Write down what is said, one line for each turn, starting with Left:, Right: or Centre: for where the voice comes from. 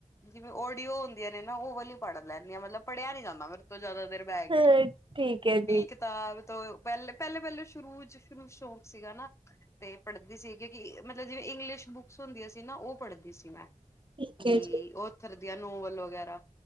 Left: ਜਿਵੇਂ ਓਡੀਓ ਹੁੰਦੀਆਂ ਨੇ ਨਾ ਉਹ ਵੀ ਪੜ੍ਹ ਲੈਂਦੀਆਂ, ਮਤਲਬ ਪੜ੍ਹਿਆ ਨੀ ਜਾਂਦਾ ਮੇਰੇ ਤੋਂ ਜ਼ਿਆਦਾ ਦੇਰ। ਬਹਿ
Right: ਹਾਂ
Left: ਗਏ,
Right: ਠੀਕ ਹੈ
Left: ਬੀ
Right: ਜੀ
Left: ਇਕ ਤਾਂ ਤੋਂ ਪਹਿਲੇ ਪਹਿਲੇ ਪਹਿਲੇ ਸ਼ੁਰੂ ਸ਼ੁਰੂ ਸ਼ੌਕ ਸੀਗਾ ਨਾ ਤੇ ਪੜ੍ਹਦੀ ਸੀਗੀ ਕਿ ਮਤਲਬ ਜਿਵੇਂ ਇੰਗਲਿਸ਼ ਬੁੱਕਸ ਹੁੰਦੀਆਂ ਸੀ ਨਾ ਉਹ ਪੜ੍ਹਦੀ ਸੀ ਮੈਂ
Right: ਠੀਕ
Left: ਵੀ
Right: ਹੈ ਜੀ
Left: ਓਥਰ ਦੀਆਂ ਨੋਵਲ ਵਗੈਰਾ।